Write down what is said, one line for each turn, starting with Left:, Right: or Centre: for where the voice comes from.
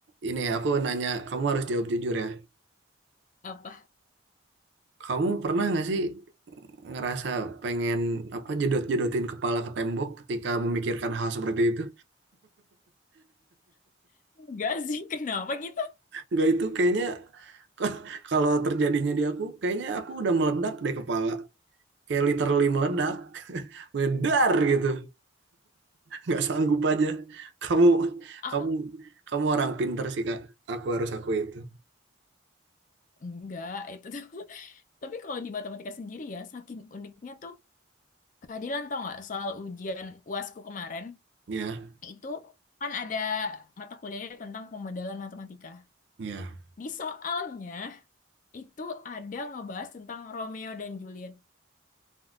Right: ini aku nanya, kamu harus jawab jujur ya.
Left: Apa?
Right: Kamu pernah nggak sih ngerasa pengen apa jedot-jedotin kepala ke tembok ketika memikirkan hal seperti itu?
Left: Enggak sih, kenapa gitu?
Right: Nggak itu kayaknya <laughs> kalau terjadinya di aku, kayaknya aku udah meledak deh kepala. Kayak literally meledak, <laughs> medar gitu. nggak sanggup aja. Kamu,
Left: Aku
Right: kamu, kamu orang pinter sih Kak. Aku harus aku itu.
Left: Enggak, itu tuh. <laughs> Tapi kalau di matematika sendiri ya, saking uniknya tuh keadilan tau nggak soal ujian UASku kemarin
Right: Ya,
Left: itu kan ada mata kuliahnya tentang pemodelan matematika.
Right: ya.
Left: Di soalnya itu ada ngebahas tentang Romeo dan Juliet.